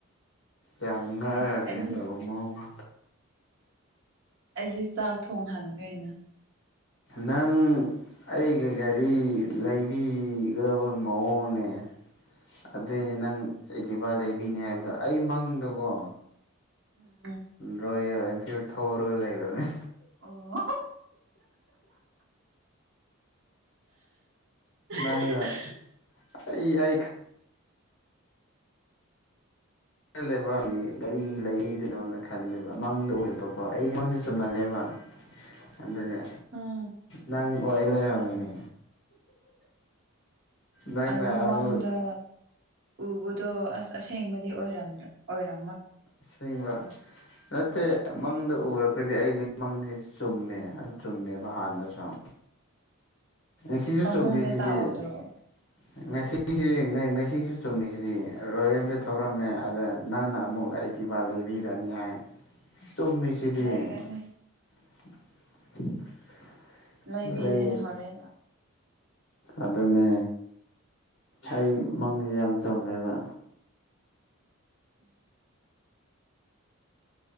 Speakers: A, on the left (about 55°); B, on the right (about 55°).
A: ꯌꯥꯝ ꯉꯥꯏꯒ
B: ꯑꯁ
A: ꯀꯩꯅꯣ
B: ꯑꯩꯗꯤ
A: ꯇꯧꯔ ꯃꯑꯣꯃ
B: ꯑꯩꯁꯦ ꯆꯥꯛ ꯊꯣꯡ ꯍꯈꯦ ꯑꯣꯏꯅ
A: ꯅꯪ ꯑꯩꯒꯤ ꯒꯥꯔꯤ ꯂꯩꯕꯤꯒꯗꯕ ꯃꯑꯣꯡꯅꯦ ꯑꯗꯨꯏꯅꯦ ꯅꯪ ꯏꯗꯤꯕꯥ ꯂꯩꯕꯤꯅꯤ ꯍꯥꯏꯕꯗꯣ ꯑꯩ ꯃꯪꯗꯀꯣ
B: ꯎꯝ
A: ꯗꯣ ꯐꯤꯜ ꯊꯧꯔꯒ ꯂꯩꯔꯅꯦ
B: ꯑꯣ <inaudible>
A: ꯅꯪꯅ ꯑꯩ ꯑꯩ ꯈꯜꯂꯦꯕ ꯒꯥꯔꯤ ꯂꯩꯔꯤꯗꯅꯣꯅ ꯈꯜꯂꯦꯕ ꯃꯪꯗ ꯑꯣꯏꯕꯀꯣ ꯑꯩ ꯃꯥꯡꯗ ꯆꯨꯝꯍꯜꯂꯦꯕ
B: <inaudible>
A: ꯑꯗꯨꯒ
B: ꯎꯝ
A: ꯅꯪ ꯑꯣꯏ ꯂꯩꯔꯝꯃꯤꯅꯦ ꯅꯪꯅ
B: ꯑꯗꯨ ꯃꯥꯡꯗ
A: ꯑꯃꯨꯛ
B: ꯎꯕꯗꯣ ꯑꯁ ꯑꯁꯦꯡꯕꯗꯤ ꯑꯣꯏ ꯑꯣꯏꯔ
A: ꯁꯤꯕ ꯃꯦ ꯃꯪꯗ ꯎꯔꯒꯗꯤ ꯑꯩꯒꯤ ꯃꯪꯁꯦ ꯆꯨꯝꯃꯦ ꯑꯗꯨ ꯆꯨꯝꯃꯦꯕ ꯍꯥꯟꯅꯁꯨ ꯁꯤꯖ
B: ꯐꯃꯨꯡꯗ
A: ꯆꯕꯤꯁꯤꯗꯤꯅꯤ
B: ꯇꯥꯎꯗ꯭ꯔꯣ
A: ꯉꯁꯤꯁꯤ ꯉꯁꯤꯁꯨ ꯆꯨꯝꯃꯤꯁꯤꯗꯤ ꯔꯣꯌꯦꯁꯦ ꯊꯧꯔꯝꯃꯦ ꯑꯗ ꯅꯪꯅ ꯑꯃꯨꯛ ꯚ ꯂꯩꯕꯤꯔꯥꯅꯤ ꯍꯥꯏ ꯆꯝꯃꯦꯁꯤꯗꯤ
B: ꯑꯁ ꯂꯩꯔꯅꯤ
A: <inaudible>
B: ꯂꯩꯕꯤꯗꯣꯏꯅꯦ
A: ꯂꯩ
B: ꯍꯣꯔꯦꯟ ꯂꯥꯛ
A: ꯑꯗꯨꯅꯦ ꯑꯩ ꯃꯪꯁꯦ ꯌꯥꯝ ꯆꯝꯃꯦꯕ
B: ꯁ